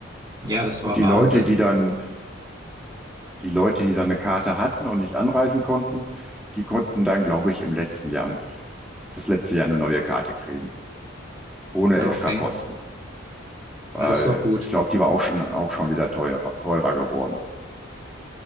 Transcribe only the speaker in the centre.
Und
die
Leute, die dann, die Leute, die dann eine Karte hatten und nicht anreisen konnten, die konnten dann, glaube ich, im letzten Jahr, fürs letzte Jahr eine neue Karte kriegen, ohne
Extrakosten.
Weil
ich glaube, die war auch schon, auch schon wieder teurer, teurer geworden.